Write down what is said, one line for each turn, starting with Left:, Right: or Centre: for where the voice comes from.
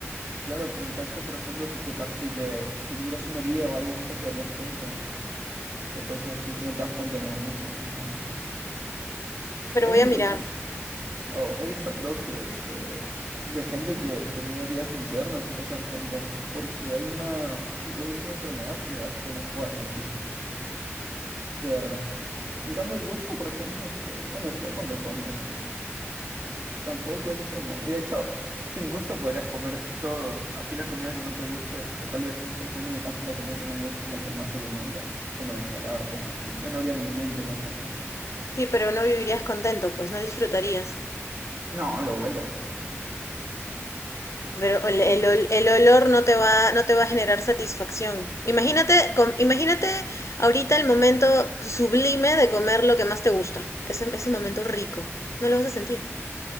Right: Claro, pero el tacto, por ejemplo, si te pas si te si tuvieras una herida o algo, nunca te darías cuenta. O cosas así, si no te das cuenta en el momento, por ejemplo.
Left: pero
Right: He
Left: voy
Right: visto,
Left: a mirar.
Right: creo- oh, he visto, creo que este, de gente que tenía heridas internas y no se dan cuenta. Porque hay una, me parece que es una enfermedad que hace que no puedas sentir. de verdad. En cambio, el gusto, por ejemplo, este, bueno, solo cuando comes, ¿no? Tampoco es como. Y de hecho, sin gusto podrías comer todo. Así la comida que no te guste, que tal vez, por ejemplo, en mi caso, la comida que no me gusta es la que más se alimenta, como la ensalada o cosas así. Ya no habría ningún problema eso.
Left: Sí, pero no vivirías contento, pues no disfrutarías.
Right: No, lo huelo.
Left: Pero
Right: Lo
Left: el, el
Right: bueno.
Left: ol- el olor no te va, no te va a generar satisfacción. Imagínate, com- imagínate ahorita el momento sublime de comer lo que más te gusta. Ese, ese momento rico. No lo vas a sentir.